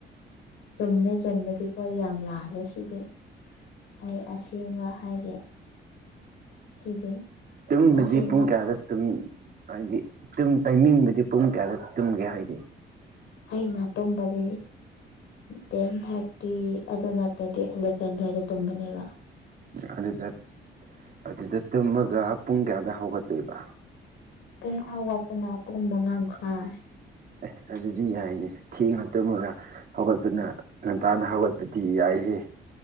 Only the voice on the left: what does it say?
ꯆꯨꯝꯃꯦ ꯆꯨꯝꯕꯗꯤꯀꯣ ꯌꯥꯝ ꯂꯥꯜꯂꯦ ꯁꯤꯗꯤ ꯑꯩ ꯑꯁꯦꯡꯕ ꯍꯥꯏꯒꯦ ꯁꯤꯗꯤ
ꯑꯁꯦꯡꯕ
ꯑꯩꯅ ꯇꯨꯝꯕꯗꯤ ꯇꯦꯟ ꯊꯥꯔꯇꯤ ꯑꯗꯨ ꯅꯠꯇꯔꯗꯤ ꯑꯦꯂꯚꯦꯟ ꯑꯗꯨꯋꯥꯏꯗ ꯇꯨꯝꯕꯅꯦꯕ
ꯀꯝ ꯊꯥꯎ ꯋꯥꯠꯄꯅ ꯄꯨꯡ ꯃꯉꯥ ꯃꯈꯥꯏ